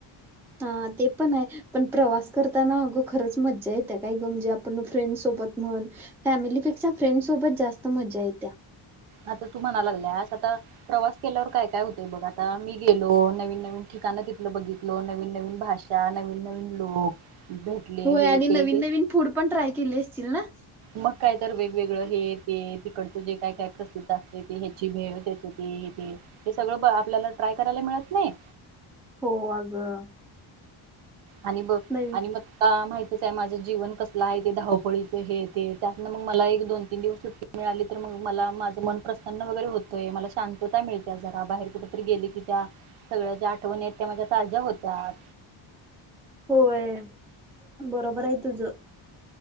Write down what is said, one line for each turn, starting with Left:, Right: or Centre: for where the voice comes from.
Centre: हा ते पण अय पण प्रवास करताना अगं खरंच मज्जा येत्या काय ग म्हणजे आपण फ्रेंड सोबत म्हण फॅमिलीपेक्षा फ्रेंड सोबत जास्त मज्जा येतीया.
Right: आता तू म्हणाय लागल्यास आता प्रवास केल्यावर काय काय होतय बघ आता मी गेलो नवीन नवीन ठिकाण तिथल बघितलो नवीन नवीन भाषा नवीन नवीन लोक भेटले
Centre: होय
Right: हे
Centre: आणि नवीन
Right: ते हे
Centre: नवीन फूड पण ट्राय केलीस. असशील ना?
Right: मग काय तर वेगवेगळं हे ते तिकडचं जे काय काय प्रसिद्ध असतयं ते ह्याची भेळ त्याच ते ते हे सगळं ब आपल्याला ट्राय करायला मिळत नाही.
Centre: हो अगं
Right: आणि बघ
Centre: नाही
Right: आणि मग का माहिती इथं माझं जीवन कसलं आहे ते धावपळीचं हे ते त्यातन मग मला एक दोन तीन दिवस सुट्टी मिळाली तर मग मला माझं मन प्रसन्न वगैरे होतय मला शांतता मिळतिया जरा बाहेर कुठ तरी गेली की त्या सगळ्या ज्या आठवणी आहेत त्या माझ्या ताज्या होतात.
Centre: होय बरोबरये तुझं